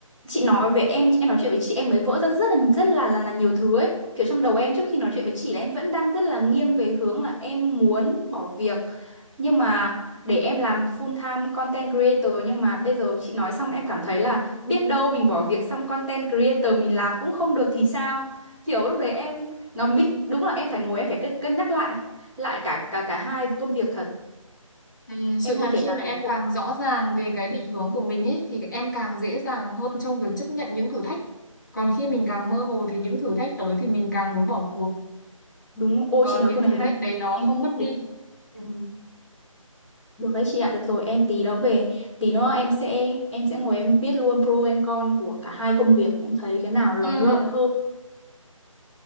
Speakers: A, in the centre; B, on the left.
A: chị nói với em, em nói chuyện với chị em mới vỡ ra rất là rất là là, là nhiều thứ ấy. Kiểu trong đầu em trước khi nói chuyện với chị là em vẫn đang rất là nghiêng về hướng là em muốn bỏ việc. Nhưng mà để em làm full time content creator nhưng mà bây giờ chị nói xong em cảm thấy là biết đâu mình bỏ việc xong content creator mình làm cũng không được thì sao? Kiểu lúc đấy em nó bị đúng là em phải ngồi em phải cân cân nhắc lại lại cả cả cả hai công việc thật.
B: Ừ, Sự
A: Em không
B: thật
A: thể
B: khi
A: làm
B: mà em
A: một
B: càng rõ ràng về cái định hướng của mình ấy thì em càng dễ dàng hơn trong việc chấp nhận những thử thách. Còn khi mình càng mơ hồ thì những thử thách tới thì mình càng muốn bỏ cuộc.
A: Đúng, ô
B: Còn
A: chị nói
B: những
A: câu này
B: thử
A: hay.
B: thách đấy nó
A: Em
B: không
A: nghĩ
B: mất đi.
A: đến.
B: Ừ,
A: Được đấy chị ạ, được rồi, em tí nữa về, tí nữa em sẽ em sẽ ngồi em viết luôn pro and con của cả hai công việc, em thấy cái nào nó
B: ừ,
A: lợi hơn.